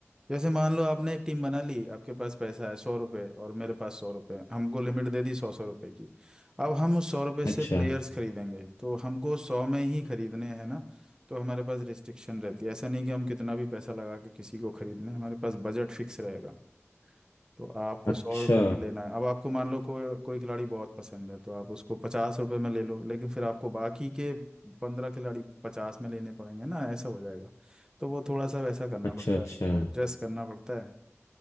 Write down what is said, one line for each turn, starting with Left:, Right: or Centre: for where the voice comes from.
Right: जैसे मान लो आपने एक टीम बना ली आपके पास पैसा है सौ रुपये और मेरे पास सौ रुपये हमको लिमिट दे दी सौ सौ रुपये की अब हम उस सौ रुपये
Left: अच्छा
Right: से प्लेयर्स खरीदेंगे तो हमको सौ में ही खरीदने हैं ना तो हमारे पास रिस्ट्रिक्शन रहती है ऐसा नहीं कि हम कितना भी पैसा लगा के किसी को खरीद लें हमारे पास बजट फिक्स रहेगा तो आपको
Left: अच्छा
Right: सौ रुपये में लेना है अब आपको मान लो कोई कोई खिलाड़ी बहुत पसंद है तो आप उसको पचास रुपये में ले लो लेकिन फिर आपको बाकी के पंद्रह खिलाड़ी पचास में लेने पड़ेंगे ना ऐसा हो जाएगा तो वो थोड़ा सा वैसा करना
Left: अच्छा
Right: पड़ता
Left: अच्छा
Right: है एडजस्ट करना पड़ता है